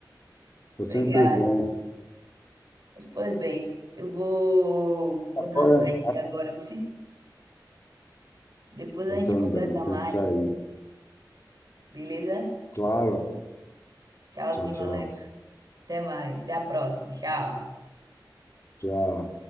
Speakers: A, on the left (about 40°); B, on the right (about 55°).
A: é
B: obrigada.
A: sempre bom.
B: Mas, pois bem, eu vou, vou
A: Agora,
B: dar uma saidinha agora, vice. Depois
A: eu
B: a gente
A: também
B: conversa
A: tenho
B: mais,
A: que sair.
B: beleza?
A: Claro.
B: Tchauzinho,
A: Tchau, tchau.
B: Alex. Até mais. Até a próxima. Tchau.
A: Tchau.